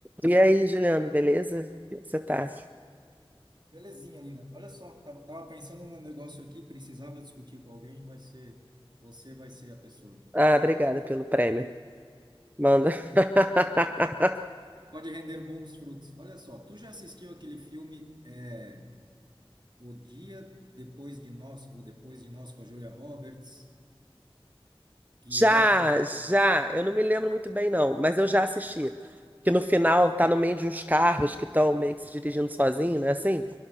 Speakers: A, on the right (about 15°); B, on the right (about 50°).
A: E aí, Juliano, beleza? Como é que Você tá?
B: Belezinha, Nina. Olha só, tava, tava pensando num negócio aqui, precisava discutir com alguém, vai ser, você vai ser a pessoa.
A: Ah, obrigada pelo prêmio. Manda. <laughs>
B: <laughs> Pode render bons frutos. Olha só, tu já assistiu aquele filme é, O Dia Depois de Nós, ou Depois de Nós, com a Julia Roberts, que
A: Já,
B: é um...
A: já. Eu não me lembro muito bem, não, mas eu já assisti. Que no final tá no meio de uns carros que estão meio que se dirigindo sozinho, né? Assim?